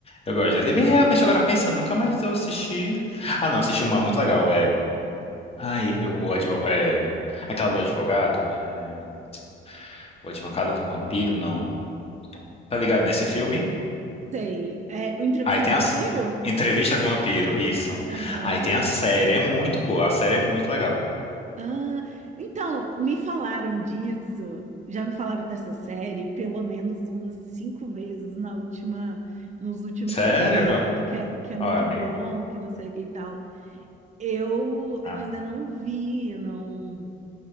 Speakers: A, on the left (about 30°); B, on the right (about 35°).
A: Eu gosto. E realmente, agora pensando, nunca mais eu assisti. Ah, não, assisti uma muito legal. É. Ai, o advo... é... Aquela do advogado. É... O advogado do vampiro, não. Tá ligado nesse filme?
B: Sei. É, o Entrevista
A: Aí tem
B: com o
A: a.
B: Vampiro?
A: s- Entrevista com o Vampiro, isso.
B: Aham.
A: Aí tem a série, é muito boa, a série é muito legal.
B: Ah, então, me falaram disso. Já me falaram dessa série pelo menos umas cinco vezes na última, nos últimos
A: Sério?
B: tempos, falando que é, que é muito
A: Ó, amigo.
B: bom, que não sei o que e tal. Eu,
A: Ah,
B: eu ainda não vi, não,